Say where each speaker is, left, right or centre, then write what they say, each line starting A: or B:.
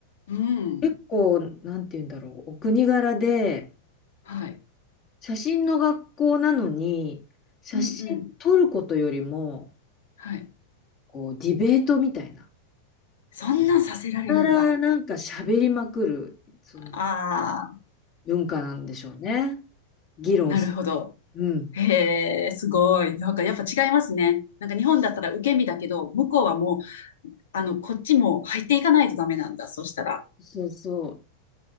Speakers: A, on the left (about 60°); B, on the left (about 35°).
A: うん。
B: 結構、なんて言うんだろう、お国柄で、
A: はい。
B: 写真の学校なのに、写真撮ることよりも、
A: うんうん。はい。
B: こう、ディベートみたいな。
A: そんなんさせられるんだ。
B: やらなんか喋りまくる、その
A: ああ、
B: 文化なんでしょうね。議論する。
A: なるほど。
B: うん。
A: へえ、すごい。なんかやっぱ違いますね。なんか日本だったら受け身だけど、向こうはもうあの、こっちも入っていかないとダメなんだ、そしたら。
B: そうそう。